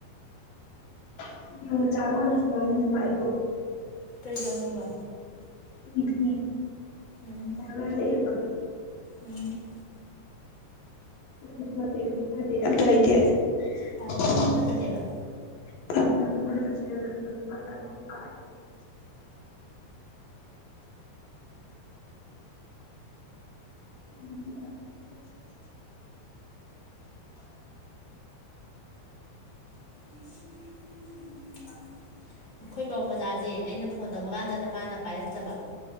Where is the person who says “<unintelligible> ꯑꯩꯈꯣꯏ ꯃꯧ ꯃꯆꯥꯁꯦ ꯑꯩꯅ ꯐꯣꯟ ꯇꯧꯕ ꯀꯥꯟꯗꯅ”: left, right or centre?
Left